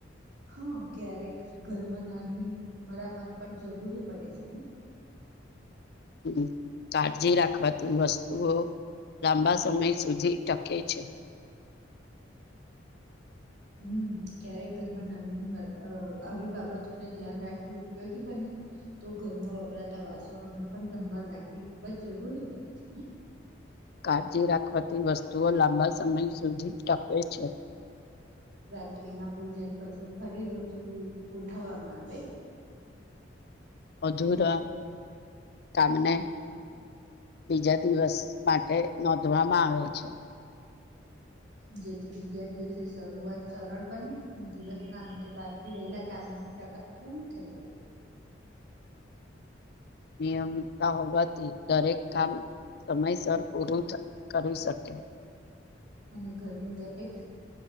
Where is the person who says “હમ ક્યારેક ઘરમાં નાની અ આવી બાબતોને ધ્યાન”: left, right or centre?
Right